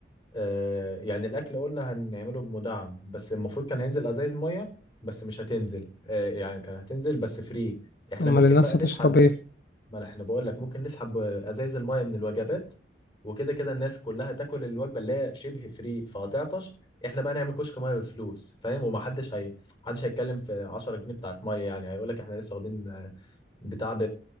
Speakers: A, on the left; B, on the left.
A: آه، يعني الاكل قلنا هنعمله بمدعم بس المفروض كان هينزل ازايز مية بس مش هتنزل آه، يعني كان هتنزل بس فري احنا
B: امال
A: ممكن
B: الناس
A: بقى
B: هتشرب
A: نسحب
B: ايه
A: ما احنا بقول لك ممكن نسحب ازايز المايه من الوجبات وكده كده الناس كلها تاكل الوجبه اللي هي شبه فري فهتعطش احنا بقى نعمل كشك مايه بفلوس فاهم ومحدش هي محدش هيتكلم في 10 جنيه بتاعت مايه يعني هيقول لك احنا لسه واخدين آه، بتاع ب-